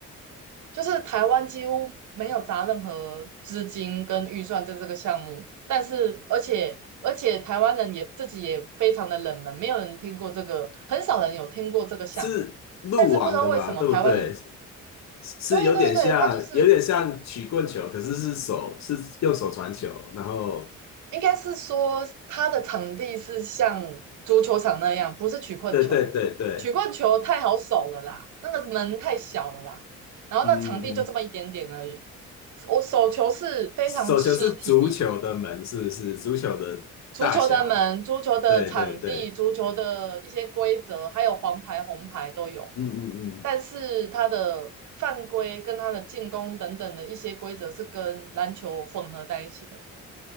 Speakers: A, on the right (about 75°); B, on the left (about 65°).
A: 就是台湾几乎没有砸任何资金跟预算在这个项目，但是而且而且台湾人也自己也非常的冷门，没有人听过这个，很少人有听过这个项目。
B: <laughs> 是路网的嘛，
A: 但是不知道为什么台湾人，
B: 对不对？是有点像，
A: 对对对，他就是
B: 有点像曲棍球，可是是手是用手传球，然后
A: 应该是说他的场地是像足球场那样，不是曲棍球，
B: 对对对对，
A: 曲棍球太好守了啦，那个门太小了啦，然后那场地就这么一点点而已。
B: 嗯嗯，嗯
A: 我手球是非常吃体力的。
B: 手球是足球的门，是不是？足球的大小。
A: 足球的门、足球的场地、
B: 对对对，
A: 足球的一些规则，还有黄牌、红牌都有，
B: 嗯嗯嗯
A: 但是它的犯规跟它的进攻等等的一些规则是跟篮球混合在一起的，